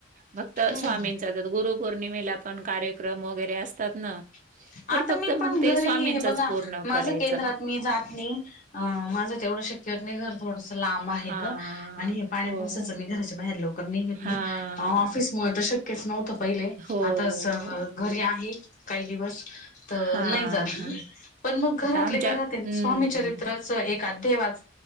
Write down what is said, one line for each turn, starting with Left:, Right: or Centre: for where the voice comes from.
Right: फक्त
Left: हम्म
Right: स्वामीचं आता गुरू पौर्णिमेला पण कार्यक्रम वगैरे असतात ना,
Left: <unintelligible> आता
Right: तर फक्त
Left: मी पण
Right: मग
Left: घरी
Right: ते स्वामींचंच
Left: हे बघा
Right: पूर्ण
Left: माझं
Right: करायचं.
Left: केंद्रात मी जात नाही अ माझं तेवढं शक घर थोडंसं लांब आहे
Right: हां,
Left: आणि हे पाणी
Right: हो.
Left: पुसायचं मी घराच्या बाहेर लवकर नाही येत
Right: हां,
Left: ऑफिस मला तर शक्यच नव्हतं पहिले
Right: हो.
Left: आता घरी आहे काही दिवस तर
Right: हां,
Left: नाही जात
Right: हां.
Left: पण मग घरातले
Right: आता आमच्या
Left: घरात
Right: हं.
Left: स्वामीचरित्र असं एक अध्याय वाच